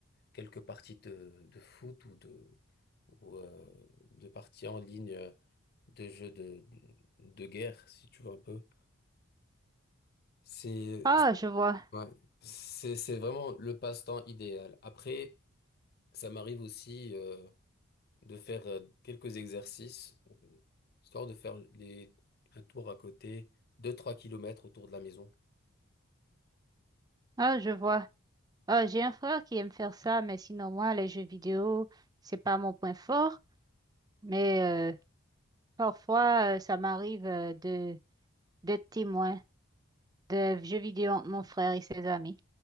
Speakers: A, on the left (about 45°); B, on the right (about 20°).
A: quelques parties de, de foot ou de, ou, euh, de parties en ligne euh, de jeux de, de guerre, si tu veux un peu. C'est
B: Ah, je vois,
A: ouais, c'est, c'est vraiment le passe-temps idéal. Après, ça m'arrive aussi euh, de faire euh, quelques exercices, euh, histoire de faire les, un tour à côté, deux trois kilomètres autour de la maison.
B: ah, je vois. Ah, j'ai un frère qui aime faire ça, mais sinon moi, les jeux vidéo, c'est pas mon point fort, mais euh, parfois, euh, ça m'arrive euh, de d'être témoin de jeux vidéo entre mon frère et ses amis.